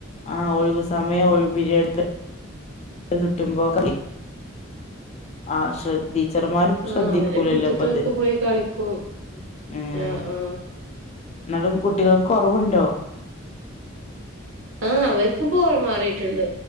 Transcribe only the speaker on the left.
ആ ഒഴിവ് സമയം ഒഴിവി <unintelligible> കിട്ട്മ്പോ ക്ക വി ആഹ് ശ്രദ്ധി ച്ചർമാരും
ശ്രദ്ധിക്കൂലല്ലോ
പ്പ ത്
ഉം
ന്നാലും കുട്ടികൾക്ക് കൊറവ്ണ്ടോ?